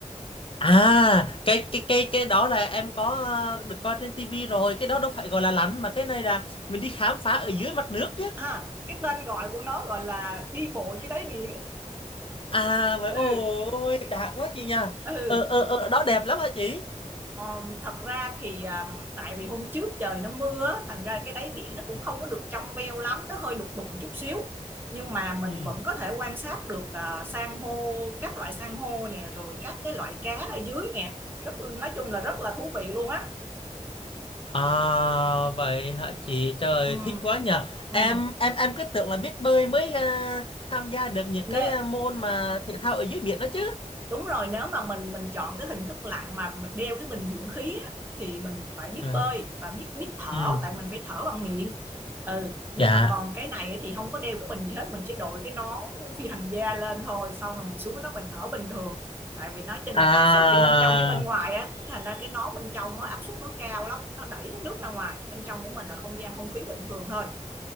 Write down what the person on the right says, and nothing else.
à, cái tên gọi của nó gọi là đi bộ dưới đáy biển
ừ
ừ
Ờm, thật ra thì ờm, tại vì hôm trước trời nó mưa thành ra cái đáy biển nó
cũng không có được trong veo lắm nó hơi đục đục chút xíu nhưng mà mình
vẫn có thể quan sát được à, san hô các loại san hô nè rồi các cái loại cá ở dưới nè rất nói chung là rất là thú vị luôn á
ừ,
ừ.
Nê-
đúng rồi nếu mà mình mình chọn cái hình thức lặn mà mình đeo cái bình dưỡng khí á, thì mình phải biết
bơi và biết biết thở
tại mình phải thở bằng miệng ừ nhưng
mà còn cái này ấy thì không có đeo cái bình gì hết mình chỉ đội cái nón phi hành gia lên thôi xong rồi mình xuống cái đó mình thở bình thường tại vì nó chênh
lệch áp suất giữa bên trong với bên ngoài á thành ra cái nón bên trong nó áp suất nó cao lắm nó đẩy hết nước ra ngoài bên trong của mình là không gian không khí bình thường thôi